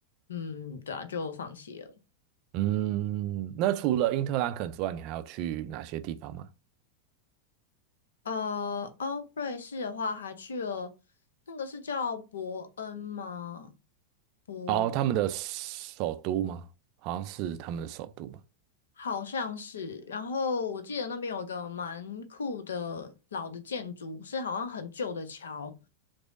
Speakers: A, on the left (about 65°); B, on the right (about 40°).
A: 嗯，对啊，就放弃了。
B: 嗯，那除了因特兰肯之外，你还要去哪些地方吗？
A: 呃，哦，瑞士的话还去了那个是叫伯恩吗？伯
B: 哦，他们的首都吗？好像是他们的首都吗？
A: 好像是，然后我记得那边有一个蛮酷的老的建筑，是好像很旧的桥。